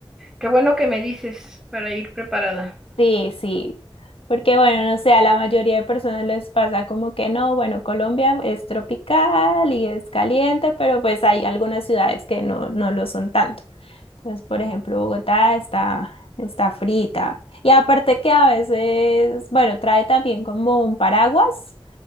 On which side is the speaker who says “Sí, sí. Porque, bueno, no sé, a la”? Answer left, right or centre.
Left